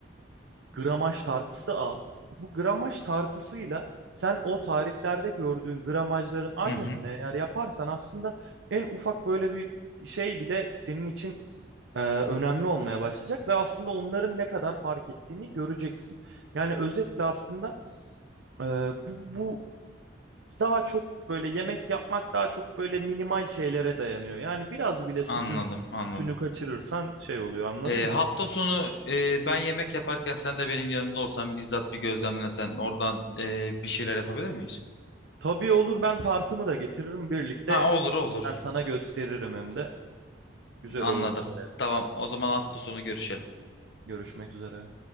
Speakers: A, on the right; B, on the left.
A: gramaj tartısı al. Bu gramaj tartısıyla sen o tariflerde gördüğün gramajların aynısını
B: Hı hı.
A: eğer yaparsan aslında en ufak böyle bir şey bile senin için e, önemli olmaya başlayacak ve aslında onların ne kadar fark ettiğini göreceksin. Yani özetle aslında e, bu, bu daha çok böyle yemek yapmak daha çok böyle minimal şeylere dayanıyor. Yani biraz bile sütün
B: Anladım, anladım.
A: sütünü kaçırırsan şey oluyor anladın
B: Ee,
A: mı?
B: hafta sonu ee, ben yemek yaparken sen de benim yanımda olsan bizzat bir gözlemlesen oradan ee, bir şeyler yapabilir miyiz?
A: Tabii olur ben tartımı da getiririm birlikte.
B: Ha olur olur.
A: Ben sana gösteririm hem de. Güzel
B: Anladım.
A: olur bu sene.
B: Tamam o zaman hafta sonu görüşelim.
A: Görüşmek üzere.